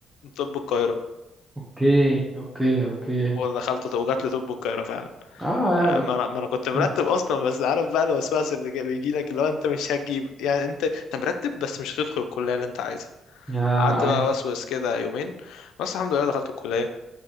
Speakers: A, on the left; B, in the centre.
A: طب القاهرة
B: اوكي اوكي اوكي
A: ودخلت وجات لي طب القاهرة فعلا
B: اه
A: آه،
B: يا بل...
A: ما انا ما انا كنت مرتب
B: مم.
A: اصلا بس عارف بقى الوسواس اللي جا- بيجي لك اللي هو انت مش هتجيب يعني انت انت مرتب بس مش هتدخل الكلية اللي انت عايزها
B: يا
A: قعدت
B: ايوه
A: بقى وسوس كده يومين بس الحمد لله دخلت الكلية